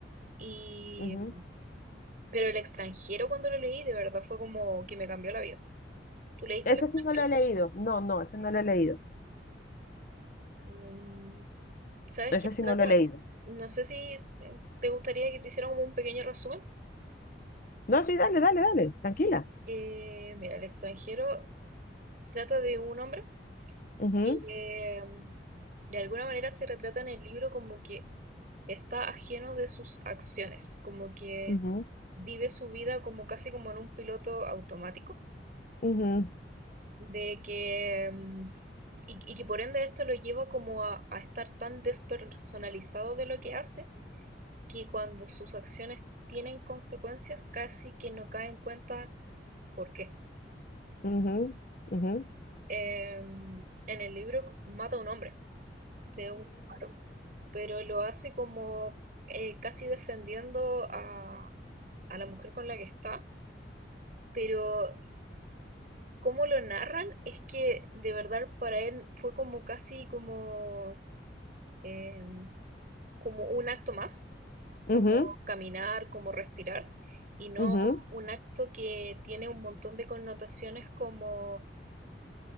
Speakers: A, on the right; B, on the left.
A: Y
B: ujú.
A: Pero el extranjero cuando lo leí, de verdad fue como que me cambió la vida. ¿Tú leíste
B: Ese
A: el extranjero?
B: sí no lo he leído. No, no, ese no lo he leído.
A: Em, ¿sabes
B: Ese
A: qué
B: sí
A: trata?
B: no lo he leído.
A: No sé si te gustaría que te hiciera como un pequeño resumen.
B: No, sí, dale, dale, dale, tranquila.
A: Eh, mira, el extranjero trata de un hombre
B: Ujú,
A: que em, de alguna manera se retrata en el libro como que está ajeno de sus acciones, como que
B: ujú,
A: vive su vida como casi como en un piloto automático.
B: ujú,
A: de que, mm, y, y que por ende esto lo lleva como a, a estar tan despersonalizado de lo que hace, que cuando sus acciones tienen consecuencias casi que no cae en cuenta por qué.
B: ujú, ujú,
A: Em, en el libro mata a un hombre de un disparo, pero lo hace como eh, casi defendiendo a, a la mujer con la que está, pero cómo lo narran es que de verdad para él fue como casi como em, como un acto más, como
B: ujú, ujú,
A: caminar, como respirar, y no
B: ujú,
A: un acto que tiene un montón de connotaciones como